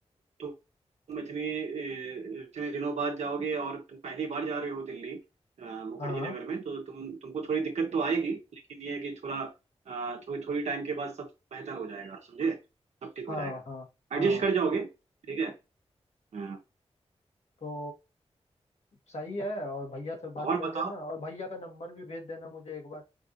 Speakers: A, on the right (about 80°); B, on the left (about 70°).
A: तुम इतनी ए, इतने दिनों बाद जाओगे और तुम पहली बार जा रहे हो दिल्ली अ, मुखर्जी
B: हाँ
A: नगर में तो तुम तुमको थोड़ी दिक्कत तो आएगी लेकिन ये है कि थोड़ा अ, थोड़ी थोड़ी टाइम के बाद सब बेहतर हो जाएगा समझे सब ठीक हो
B: हाँ
A: जाएगा
B: हाँ
A: एडजस्ट
B: हाँ
A: कर जाओगे ठीक है हाँ।
B: तो सही है और भैया से बात
A: और
B: कर
A: बताओ
B: लेना और भैया का नंबर भी भेज देना मुझे एक बार